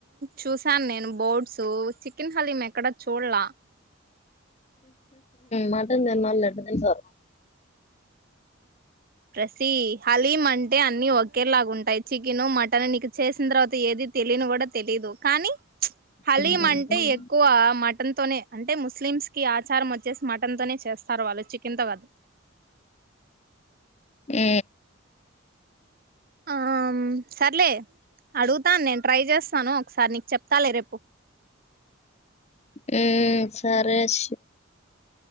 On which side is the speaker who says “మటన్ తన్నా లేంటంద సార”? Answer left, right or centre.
Left